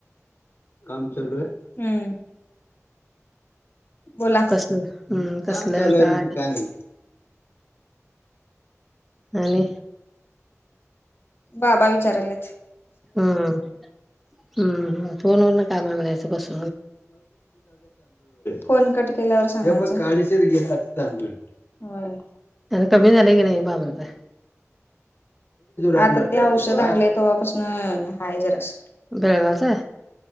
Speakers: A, on the left; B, in the centre.
A: काम चालू आहे? हम्म. बोला
B: कसल हम्म कसल
A: काम चालू आहे
B: काय
A: म्हणजे नाही
B: आणि
A: बाबा विचारालेत.
B: हम्म हम्म. फोनवरनं काम बघायचं बस.
A: फोन कट केल्यावर सांगायचं. होय.
B: तेन कमी झालंय की नाही बाबांच?
A: आता ते औषध आणलय, तेव्हापासून हाय जरास.
B: बेळगावच